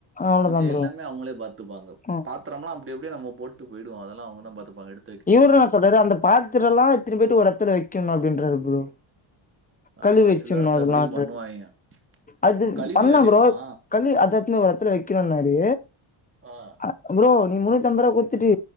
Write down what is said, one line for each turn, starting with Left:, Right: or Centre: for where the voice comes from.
Left: அவ்ளோதா
Right: மிச்ச
Left: ப்ரோ
Right: எல்லாமே அவுங்களே பாத்துப்பாங்க
Left: ஆ
Right: பத்ரம்லா அப்டி இப்டி நம்ம போட்டு போய்டுவோ அதெல்லா அவங்கதா பாத்துப்பாங்க எடு
Left: இவருனா சொல்றாரு அந்த பாத்திரோலா எத்துட்டு போய்ட்டு ஒர் எத்துல வெக்கணு அப்படின்றாரு ப்ரோ
Right: ஆ
Left: கழு வச்சிட்ணோ
Right: சில இடத்துல
Left: அதெலாண்று
Right: இப்படியும் பண்ணுவாய்ங்க.
Left: அது
Right: ம் கழுவியும்
Left: பண்லா
Right: வைக்கணுமா?
Left: ப்ரோ கள்ளு அது எட்துனு ஒரு அத்துல வெக்கணோன்னாரு
Right: ஆ
Left: அ உ ப்ரோ நீ முன்னூத் அம்பது ரூபா குத்துட்டு